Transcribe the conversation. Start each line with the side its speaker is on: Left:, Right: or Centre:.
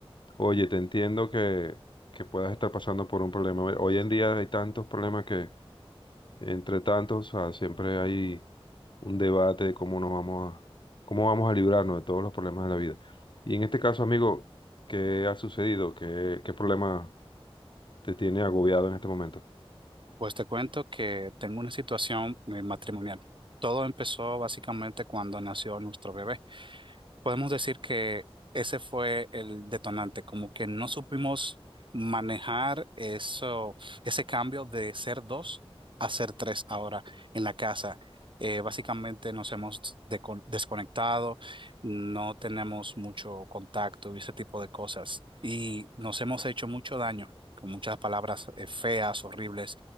Left: Oye, te entiendo que, que puedas estar pasando por un problema. Bueno, Hoy en día hay tantos problemas que, entre tantos, o sea, siempre hay un debate de cómo nos vamos a, cómo vamos a librarnos de todos los problemas de la vida. Y en este caso, amigo, ¿qué ha sucedido? ¿Qué, qué problema te tiene agobiado en este momento?
Right: Pues te cuento que tengo una situación eh, matrimonial. Todo empezó básicamente cuando nació nuestro bebé. podemos decir que ese fue el detonante, como que no supimos manejar eso, ese cambio de ser dos a ser tres ahora en la casa. Eh, básicamente nos hemos decon- desconectado, no tenemos mucho contacto y ese tipo de cosas. Y nos hemos hecho mucho daño con muchas palabras eh, feas, horribles.